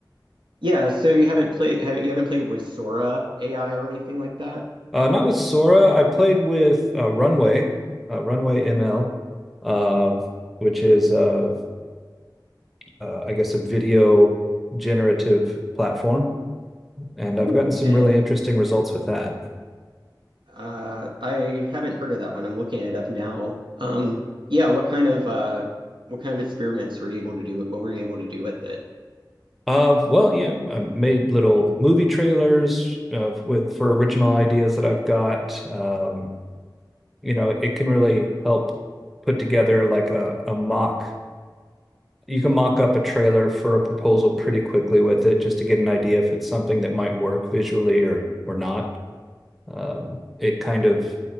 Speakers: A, on the right (about 80°); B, in the centre.
A: Yeah, so you haven't played have, you haven't played with Sora AI or anything like that?
B: Uh, not with Sora. I played with uh, Runway, uh, Runway ML, uh, which is, uh, uh, I guess, a video generative platform, and
A: Cool.
B: I've gotten some
A: And
B: really interesting results with that.
A: uh, I haven't heard of that one. I'm looking it up now. Um, yeah, what kind of uh, what kind of experiments were you able to do? What were you able to do with it?
B: Uh, well, yeah, I made little movie trailers uh, with for original ideas that I've got. Um, you know, it can really help put together like a, a mock. You can mock up a trailer for a proposal pretty quickly with it just to get an idea if it's something that might work visually or or not. Um, it kind of